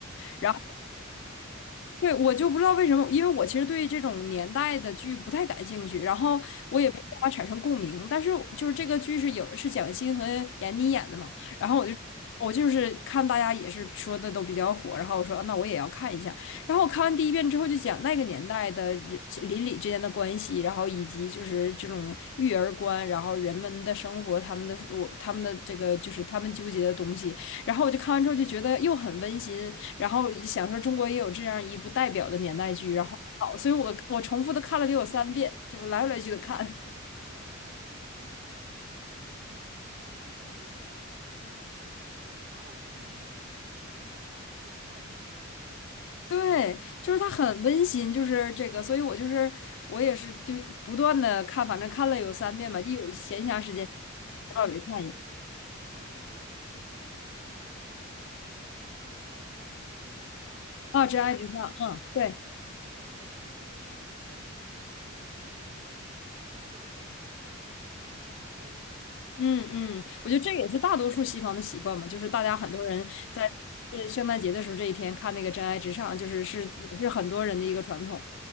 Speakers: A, on the right; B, on the left.
A: 哦，
B: 然后。
A: 我也经常看，
B: 对，我就不知道为什么，因为我其实对这种年代的剧不太感兴趣，然后我也没办法产生共鸣。
A: 嗯
B: 但是就是这个剧是有是蒋欣和闫妮演的嘛，然后我就我就是看大家也是说的都比较火，
A: 嗯嗯
B: 然后我说啊那我也要看一下。然后我看完第一遍之后，就讲那个年代的人邻里之间的关系，然后以及就是这种育儿观，然后人们的生活，他们的我他们的这个就是他们纠结的东西。然后我就看完之后就觉得又很温馨。然后想说中国也有这样一部代表的年代剧，
A: 嗯。
B: 然后好，所以我我重复的看了得有三遍，就来回来去的看。
A: 啊，我倒没有看三遍，但我发现我看了一遍，但是我发现现在，比如说我在小红书上面，我一刷到小巷人家的那个视片段，我就一定会停下来看。
B: <laughs> 对，就是它很温馨，就是这个，所以我就是我也是就不断的看，反正看了有三遍吧，一有闲暇时间，
A: <laughs> 啊，
B: 不知道有看一遍
A: 对对对，而且你知道我这个人就是我挺奇怪，而且我每年到圣诞节的时候，我都一定会看一部电影叫《真爱至上》。
B: 啊，《真爱至上》，
A: 然后对对，
B: 嗯，对。
A: 其实我我到现在为止我都不是特别能够理解它的剧情，但是就已经成为我一种圣诞节的习惯，不知道为什么。
B: 嗯嗯，我觉得这也是大多数西方的习惯嘛，就是大家很多人在呃圣诞节的时候这一天看那个《真爱至上》，
A: 对
B: 就是是也是很多人的一个传统。